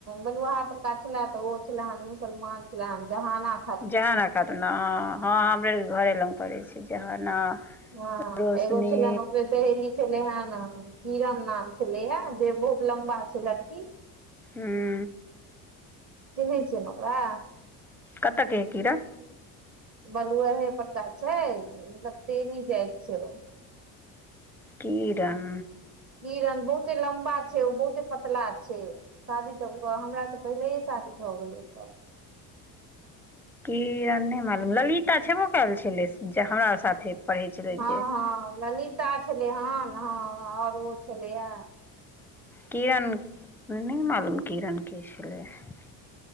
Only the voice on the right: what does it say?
बेलुआहा परड़का छले तऽ ओ छले हेन मुसलमान। <unintelligible> जहाँ ना
हँ
एगो छलअन ओकरे सहेली छलै हेन किरण नाम छलै ह, जे बहुत लम्बा छल लड़की।
चिन्है छियै ओकरा?
बलुहे पका छै, मतलब तेली जाइत छै।
किरण बहुते लम्बा छै, ओ बहुते पतला छै। शादी तऽ हमरँ पहिलए शादी भऽ गेलै सभ।
हँ
हँ ललिता छलै हेन हँ आओर ओ छलैया।